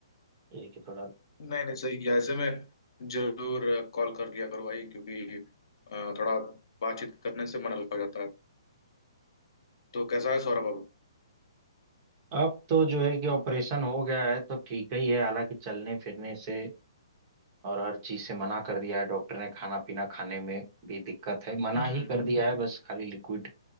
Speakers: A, on the right; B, on the left.
A: ये है कि थोड़ा
B: नहीं नहीं सही है ऐसे में जरूर कॉल कर लिया करो भाई क्योंकि अ, थोड़ा बातचीत करने से मन हल्का हो जाता है तो कैसा है सौरभ अब
A: अब तो जो है कि ऑपरेशन हो गया है तो ठीक ही है हालांकि चलने फिरने से और हर चीज से मना कर दिया है डॉक्टर ने खाना पीना खाने में भी दिक्कत है मना
B: हम्म
A: ही
B: हम्म,
A: कर दिया है बस खाली लिक्विड